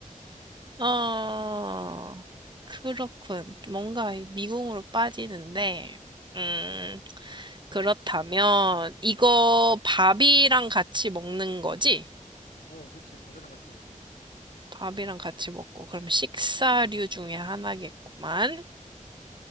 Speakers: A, on the left; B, on the right.
A: 어,
B: 어, 그렇군. 뭔가 미궁으로 빠지는데, 음, 그렇다면, 이거 밥이랑 같이 먹는 거지?
A: 어, 그치. 밥이랑 같이 먹는 거지.
B: 밥이랑 같이 먹고, 그럼 식사류 중에 하나겠구만.